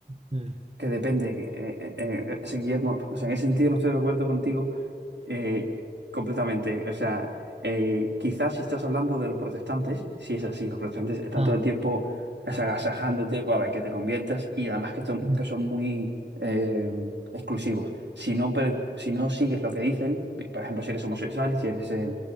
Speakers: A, on the right; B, on the right.
A: mm,
B: que depende, eh, eh, eh, ese Guillermo. O sea, en ese sentido no estoy de acuerdo contigo Eh, completamente. O sea, eh, quizás si estás hablando de los protestantes, si es así, los protestantes están
A: ah,
B: todo el tiempo agasajándote para que te conviertas y además que son,
A: mm,
B: que son muy eh, exclusivos. Si no, per- si no sigues lo que dicen, por ejemplo, si eres homosexual, si eres, eh,